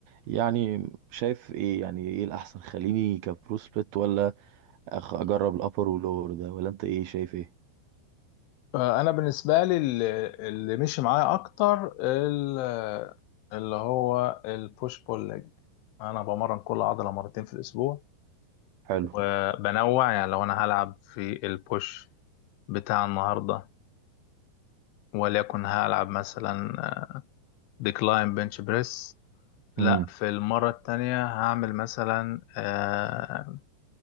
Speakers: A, on the right (about 65°); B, on the left (about 80°).
A: يعني شايف إيه يعني إيه الأحسن خليني كبرو سبليت ولا أخ أجرب الأبر ولور ده ولا أنت إيه شايف إيه؟
B: فانا بالنسبه لي اللي اللي مشي معايا اكتر ال- اللي هو البوش بول ليج انا بمرن كل عضله مرتين في الاسبوع
A: حلو
B: وبنوع يعني لو انا هلعب في البوش بتاع النهارده وليكن هلعب مثلا ديكلاين بنش بريس لا
A: امم
B: في المرة التانية هعمل مثلا آه